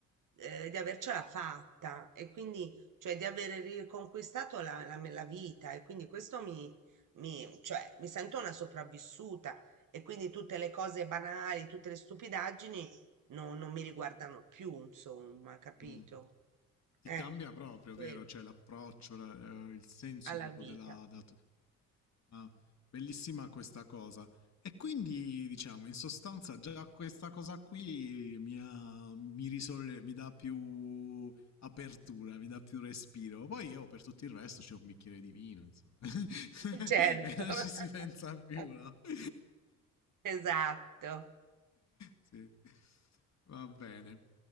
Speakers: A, on the right (about 45°); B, on the left (about 40°).
A: eh, di avercela fatta e quindi, cioè di aver riconquistato la, la, la vita e quindi questo mi, mi, cioè, mi sento una sopravvissuta e quindi tutte le cose banali, tutte le stupidaggini no- non mi riguardano più, insomma, capito?
B: Mm. Ti
A: Eh,
B: cambia proprio,
A: quello,
B: vero? Cioè l'approccio, la- eh, il senso
A: alla
B: proprio
A: vita.
B: della... della tu- Ah, bellissima questa cosa. E quindi, diciamo, in sostanza già questa cosa qui mi, ha- mi, risolle- mi dà più apertura, mi dà più respiro. Poi io per tutto il resto c'è un bicchiere di vino, insomma. <laughs>
A: <laughs>
B: e
A: Certo.
B: non ci si pensa più,
A: <laughs>
B: no? <laughs>
A: Esatto.
B: sì. Va bene.